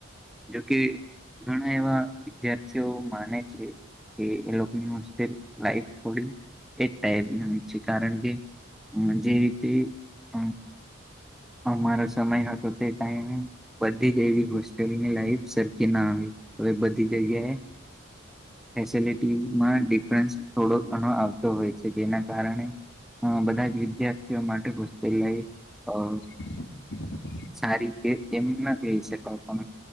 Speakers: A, in the centre; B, on the left.
A: જોકે ઘણા એવા વિદ્યાર્થીઓ માને છે. કે એ લોકોની હસ્તે લાઈફ થોડી એ ટાઈપ છે કારણ કે. હ જે રીતે હ. અમારો સમય હતો તે ટાઈમ. બધી જ એવી હોસ્ટેલની લાઈફ સરખી ના આવી હવે બધી જગ્યાએ.
B: <inaudible> <inaudible>
A: ફેસલિટીમાં ડિફરન્સ થોડોક ઘણો આવતો હોય છે જેના કારણે. અ બધા જ વિદ્યાર્થીઓ માટે હોસ્ટેલ લાઈફ અ.
B: <inaudible> <inaudible>
A: સારી કે એમના ક છે કળપના.